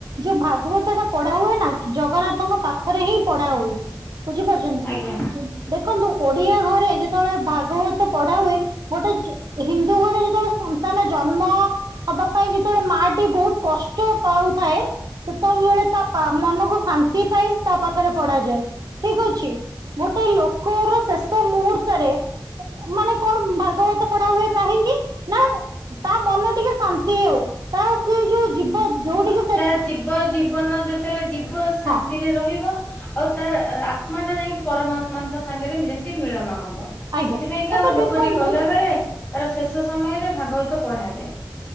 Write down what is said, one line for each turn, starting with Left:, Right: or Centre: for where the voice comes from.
Right: ଯଉ ଭାଗବତ ତ ପଢ଼ା ହୁଏ ନା ଜଗନ୍ନାଥଙ୍କ ପାଖରେ ହିଁ ପଢା ହୁଏ ବୁଝିପାରୁଛନ୍ତି।
Left: ଆଜ୍ଞା।
Right: ଦେଖନ୍ତୁ ଓଡିଆ ଘରେ ଯେତେବେଳେ ଭାଗବତ ପଢା ହୁଏ। ଗୋଟେ ହିନ୍ଦୁ ଘରେ ଯେତେବେଳେ ସନ୍ତାନ ଜନ୍ମ ହବା ପାଇଁ ଯେତେବେଳେ ମା ଟି ବହୁତ କଷ୍ଟ ପାଉଥାଏ। ସେତବଳେ ତା ପା ମନକୁ ଶାନ୍ତି ପାଇଁ ତା ପାଖରେ ପଢାଯାଏ। ଠିକ ଅଛି, ଗୋଟେ ଲୋକର ଶେଷ ମୁହୂର୍ତ୍ତରେ ମାନେ କଣ ଭାଗବତ ପଢା ହୁଏ କାହିଁକି? ନା ତା ମନ ଟିକେ ଶାନ୍ତି ହଉ, ତା ସେ ଯୋଉ ଯିବ ଯୋଉ ଟିକେ
Left: ତାହା ଜୀବ ଜୀବନ ଯେତେବେଳେ ଯିବ ଶାନ୍ତି
Right: ହଁ
Left: ରେ ରହିବ ଆଉ ତା ଆତ୍ମା ଟା ଯାଇକି ପରମାତ୍ମାଙ୍କ ସାଙ୍ଗରେ ମିଳନ ହବ,
Right: ଆଜ୍ଞା
Left: ସେଥିପାଇଁ
Right: ତାପରେ
Left: କା ଆମ ଲୋକଟି
Right: ଦେଖନ୍ତୁ
Left: ଗଲାବେଳେ ତାର ଶେଷ ସମୟରେ ଭାଗବତ ପଢାଯାଏ।